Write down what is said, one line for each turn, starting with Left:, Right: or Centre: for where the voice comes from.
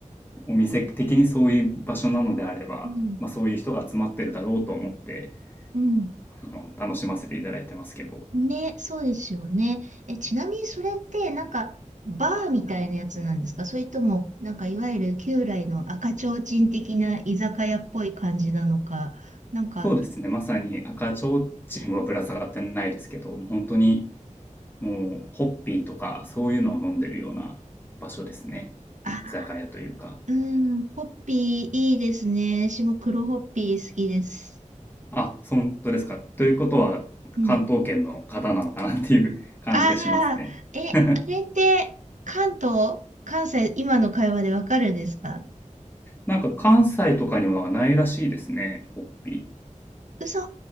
Left: あ、お店的にそういう場所なのであれば、
Right: うん。
Left: まあ、そういう人が集まってるだろうと思って、
Right: うん。
Left: あの、楽しませていただいてますけど。
Right: ね、そうですよね。え、ちなみにそれって、なんか、バーみたいなやつなんですかそれとも、なんか、いわゆる旧来の赤ちょうちん的な居酒屋っぽい感じなのか、なんか、
Left: そうですね、まさに赤ちょうちんはぶら下がってないですけど、本当に、もうホッピーとかそういうのを飲んでるような場所ですね。
Right: あ、
Left: 居酒屋というか。
Right: うん、ホッピーいいですね。私も黒ホッピー好きです。
Left: あ、そんとですか。ということは、
Right: うん。
Left: 関東圏の方なのかなっていう <laughs> 感じがしますね。
Right: ああ、え、
Left: <laughs>
Right: あれって、関東、関西、今の会話でわかるんですか
Left: なんか関西とかにはないらしいですね、ホッピー。
Right: 嘘、